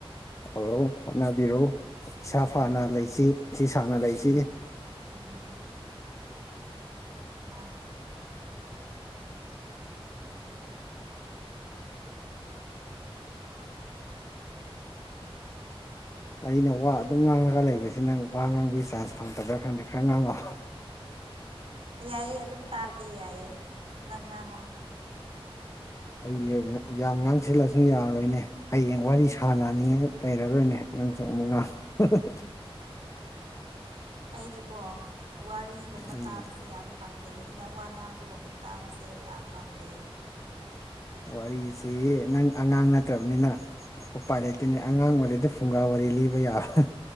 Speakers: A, on the left; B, on the right.
A: ꯍꯧꯔꯣ ꯍꯣꯠꯅꯕꯤꯔꯣ ꯏꯁꯥ
B: ꯎꯝ
A: ꯐꯅ ꯂꯩꯁꯤ ꯄꯨꯟꯁꯤ ꯁꯥꯡꯅ ꯂꯩꯁꯤ
B: ꯎꯝ ꯎꯝ ꯃꯥꯅꯦ
A: ꯑꯩꯅ ꯋꯥ ꯑꯗꯨꯝ ꯉꯥꯡꯉꯒ ꯂꯩꯕꯁꯤ ꯅꯪ ꯋꯥ ꯉꯥꯡꯕꯒꯤ ꯆꯥꯟꯁ ꯐꯪꯗꯕ꯭ꯔꯥ ꯈꯪꯗꯦ ꯈꯔ ꯉꯥꯡꯉꯣ
B: ꯌꯥꯏꯌꯦ ꯑꯗꯨꯝ ꯇꯥꯛꯒꯦ ꯌꯥꯏꯌꯦ ꯅꯪ ꯉꯥꯡꯉꯣ
A: ꯑꯩꯁꯦ ꯌꯥꯝ ꯉꯥꯡ ꯁꯤꯜꯂꯁꯨ ꯌꯥꯔꯣꯏꯅꯦ ꯍꯌꯦꯡ ꯋꯥꯔꯤ ꯁꯥꯟꯅꯅꯤꯡꯉꯥꯏ ꯂꯩꯔꯔꯣꯏꯅꯦ ꯅꯪꯁꯨ ꯑꯃꯨꯛ ꯉꯥꯡꯉꯨ <unintelligible>
B: ꯑꯩꯗꯤꯀꯣ ꯋꯥꯔꯤꯒꯨꯝꯕ
A: ꯎꯝ
B: ꯇꯥꯕꯁꯤ ꯌꯥꯝ ꯄꯥꯝꯖꯩ ꯃꯤꯅ ꯋꯥ ꯉꯥꯡꯕꯒꯨꯝꯕ ꯇꯥꯕꯁꯦ ꯌꯥꯝ ꯄꯥꯝꯖꯩꯌꯦ
A: ꯋꯥꯔꯤꯁꯦ ꯅꯪ ꯑꯉꯥꯡ ꯅꯠꯇ꯭ꯔꯕꯅꯤꯅ ꯎꯄꯥꯏ ꯂꯩꯇꯦꯅꯦ ꯑꯉꯥꯡ ꯑꯣꯏꯔꯗꯤ ꯐꯨꯡꯒꯥ ꯋꯥꯔꯤ ꯂꯤꯕ ꯌꯥꯕꯅꯦ